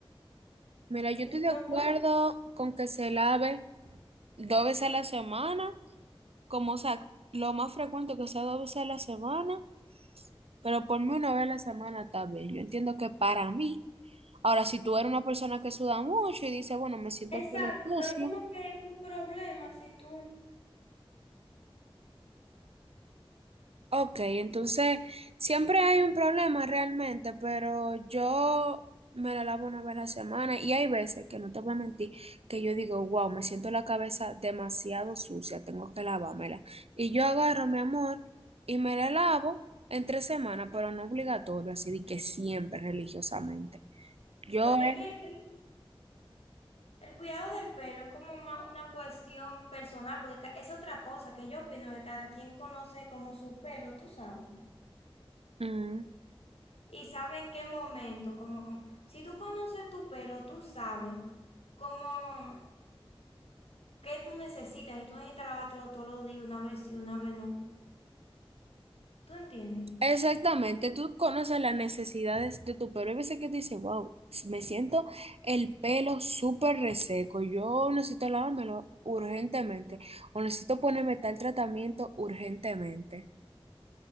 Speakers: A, on the right (about 80°); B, on the left (about 85°).
A: Mira, yo
B: Y
A: estoy de
B: yo,
A: acuerdo
B: bueno,
A: con que se lave. dos veces a la semana, como o sea, lo más frecuente que sea dos veces a la semana, pero por mí una vez a la semana está bien. Yo entiendo que para mí, ahora si tú eres una persona que suda mucho y dice, bueno, me siento
B: exacto,
A: el pelo sucio,
B: es como que un problema si tú,
A: Ok, entonces siempre hay un problema realmente, pero yo me la lavo una vez a la semana y hay veces que no te voy a mentir que yo digo, wow, me siento la cabeza demasiado sucia, tengo que lavármela. Y yo agarro, mi amor, y me la lavo en tres semanas, pero no obligatorio, así de que siempre religiosamente. Yo,
B: porque
A: eh,
B: es que el, el cuidado del pelo es como más una cuestión personal, porque ca- es otra cosa que yo opino que cada quien conoce como su pelo, tú sabes,
A: ujú.
B: y sabe en qué momento, como si tú conoces tu pelo, tú sabes cómo. ¿Qué tú necesitas? Y tú necesitas lavártelo todos los días, una vez y una vez no. ¿Tú entiendes?
A: Exactamente, tú conoces las necesidades de tu pelo. Hay veces que tú dices, wow, me siento el pelo súper reseco. Yo necesito lavármelo urgentemente o necesito ponerme tal tratamiento urgentemente.